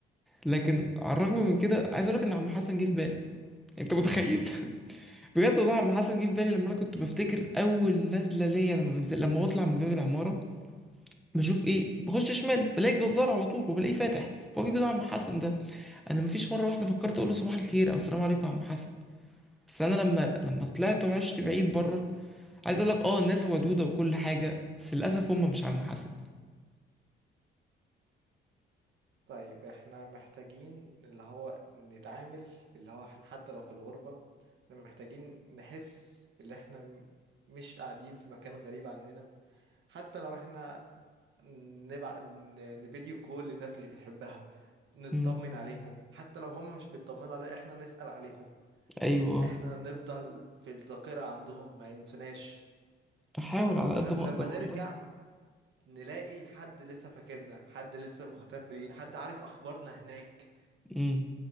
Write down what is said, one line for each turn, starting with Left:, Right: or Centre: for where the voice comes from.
Centre: لكن على الرغم من كده عايز أقول لك إن عم حسن جه في بالي أنت متخيل بجد والله عم حسن جه في بالي لما انا كنت بفتكر اول نزله ليا لما بنزل لما بطلع من باب العماره بشوف ايه بخش شمال بلاقي الجزار على طول وبلاقيه فاتح فهو بيجي له عم حسن ده انا مفيش مره واحده فكرت اقول له صباح الخير او السلام عليكم يا عم حسن بس انا لما لما طلعت وعشت بعيد بره عايز اقول لك اه الناس ودوده وكل حاجه بس للاسف هم مش عم حسن
Right: طيب احنا محتاجين اللي هو نتعامل اللي هو احنا حتى لو في الغربة احنا محتاجين نحس اللي احنا م- مش قاعدين في مكان غريب عننا حتى لو احنا نبع... ن- نفيديو كول للناس اللي بنحبها نطمن
Centre: امم
Right: عليهم حتى لو هم مش بيطمنوا علينا احنا نسأل عليهم
Centre: ايوه
Right: احنا
Centre: آه.
Right: نفضل في الذاكرة عندهم ما ينسوناش
Centre: احاول
Right: علشان
Centre: على قد ما اقدر
Right: لما نرجع
Centre: والله
Right: نلاقي حد لسه فاكرنا حد لسه مهتم بينا حد عارف اخبارنا هناك
Centre: امم